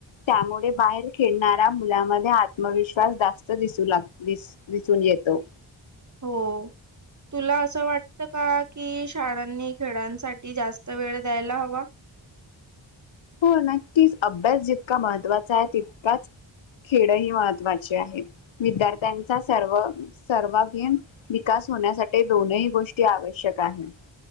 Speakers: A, on the left; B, on the right.
A: त्यामुळे बाहेर खेळणाऱ्या मुलामध्ये आत्मविश्वास जास्त दिसू लाग दिस दिसून येतो
B: हो तुला असं वाटतं का कि शाळांनी खेळांसाठी जास्त वेळ द्यायला हवा
A: हो नक्कीच अभ्यास जितका महत्वाचा आहे तितकाच खेळ ह महत्त्वाचे आहे विद्यार्थ्यांचा सर्व सर्व गेम विकास होण्यासाठी दोनही गोष्टी आवश्यक आहेत